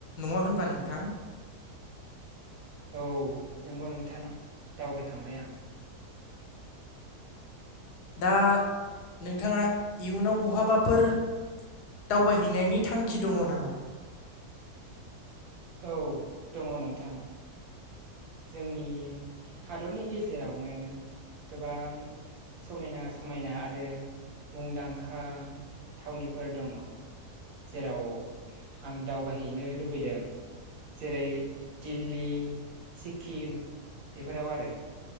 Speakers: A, on the left; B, on the right.
A: नङा होनबा नोंथां?
B: औ नंगौ नोंथां दावबायखांबाय आं।
A: दा नोंथाङा इयुनाव बहाबाफोर दावबायहैनायनि थांखि दङ नामा?
B: औ दङ नोंथां। जोंनि हादरनि गेजेरावनो गोबां समायना समायना आरो मुंदांखा थावनिफोर दङ। जेराव आं दावबायहैनो लुबैदों जेरै दिल्ली, सिक्किम बेफोराव आरो।